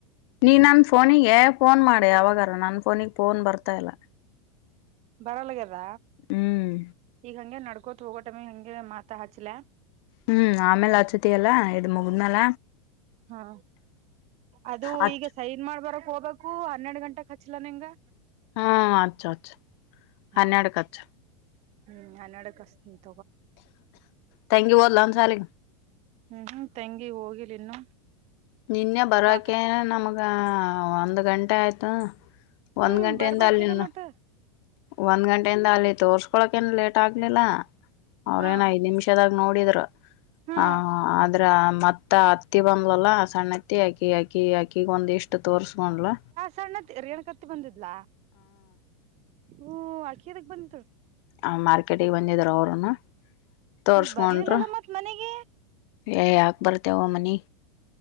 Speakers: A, on the left; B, on the right.
A: ನೀ ನನ್ ಫೋನಿಗೆ ಫೋನ್ ಮಾಡಿ ಯಾವಾಗಾರ ನನ್ ಫೋನಿಗ್ ಫೋನ್ ಬರ್ತಾ ಇಲ್ಲ
B: ಬರಲ್ಗದ
A: ಹ್ಮ್
B: ಈಗ ಹಂಗೆ ನಡ್ ಕೋತ್ ಹೋಗೋಟಮೆ ಹೆಂಗ ಮಾತಾ ಹಾಚ್ಲ
A: ಹ್ಮ್ ಆಮೇಲೆ ಅಚತಲ್ಲ ಇದು ಮುಗಮಾಲ
B: ಹಾ ಅದು
A: ಹಚ್ಚು
B: ಈಗ ಸೈನ್ ಮಾಡ್ಬರೋ ಹೋಗಬೇಕು ಹನ್ನೆರಡು ಗಂಟೆಗೆ ಹಚ್ಲ್ಲ ನಿನ್ಗ
A: ಹ್ಮ್ ಅಚ್ಚ ಅಚ್ಚ
B: ಹಾ
A: ಹನ್ನೆಡಕ್ಕೆಚ್ಚ
B: ಹ್ಮ್ ಅನ್ನಡಕ್ಷ್ಟ
A: ಗ ಯು ಬದಲನ್ ಸಾರಿ
B: ಹ್ಮ್ ಹ್ಮ ತಂಗಿ ಹೋಗಿಲಿ ಇನ್ನು
A: ನಿನ್ನೆ ಬರೋಕೆ
B: ಕಾ
A: ನಮ್ಗ ಒಂದು ಗಂಟೆ ಆಯ್ತು ಒಂದ್
B: ಹ್ಮ್
A: ಗಂಟೆಯಿಂದ
B: ಬರ್ಬೇಕಿಲ್ಲ
A: ಅಲ್ಲಿನ್ನ
B: ಮತ್ತ
A: ಒಂದ್ ಗಂಟೆಯಿಂದ ಅಲ್ಲಿ ತೋರ್ಸ್ಕೊಳಕ ನ್ ಲೇಟ್ ಆಗ್ಲಿಲ್ಲ ಅವ್ರೇನ್
B: ಹಾ
A: ಐದ್ ನಿಮಿಷದಾಗ ನೋಡಿದ್ರು
B: ಹಾ
A: ಹ ಆದ್ರ ಮತ್ತ ಅತ್ತಿ ಬಂಬ್ಲಲ್ಲ ಸಣ್ಣತ್ತಿ ಅಕಿ ಅಕಿ ಅಕ್ಕಿಗ ಒಂದ್ ಇಷ್ಟ ಇ ತೋರ್ರಿಸಗೊಂಡಲ್ಲ
B: ಸಣ್ಣತ್ತ ರೇಣ ಕತಿ ಬಂದಿದ್ಲ ಹ್ಮ ಅಕ್ಕಿಯದಕ್ ಬಂದತ್ಳು
A: ಆ ಮಾರ್ಕೆಟಿಗೆ ಬಂದಿದರು ಅವರುನು ತೋರ್ಸ್ಕೊಂಡ್ರು
B: ಬರ್ಲಿಲ್ಲಲ್ಲ ಮತ್ತ್ ಮನೆಗೆ
A: ಏ ಯಾಕ್ ಬರ್ತೇವ ಮನಿ